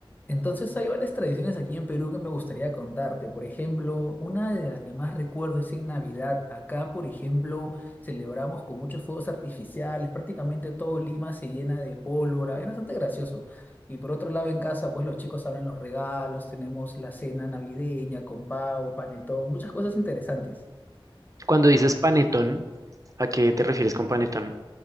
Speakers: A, on the left; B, on the right.
A: Entonces hay varias tradiciones aquí en Perú que me gustaría contarte. Por ejemplo, una de las que más recuerdo es en Navidad. Acá, por ejemplo, celebramos con muchos fuegos artificiales. Prácticamente todo Lima se llena de pólvora. Es bastante gracioso. Y por otro lado, en casa, pues los chicos abren los regalos. Tenemos la cena navideña con pavo, panetón, muchas cosas interesantes.
B: Cuando dices panetón, ¿a qué te refieres con panetón?